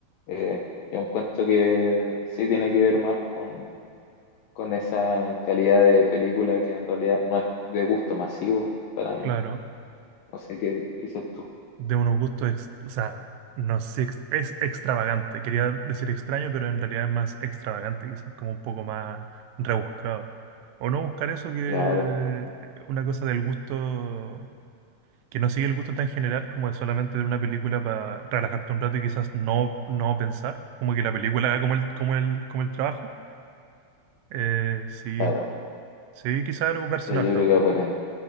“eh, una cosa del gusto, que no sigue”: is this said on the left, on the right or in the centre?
Right